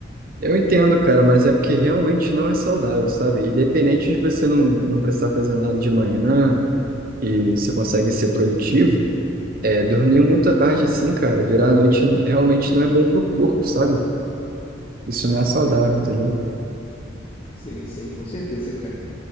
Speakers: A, on the right (about 50°); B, on the left (about 30°).
A: Eu entendo, cara, mas é porque realmente não é saudável, sabe? Independente de você não, não precisar fazer nada de manhã e você consegue ser produtivo. É, dormir muito à tarde assim, cara, virar a noite realmente não é bom pro corpo, sabe? Isso não é saudável,
B: Sim.
A: entendeu?
B: Sim, sim, com certeza, cara.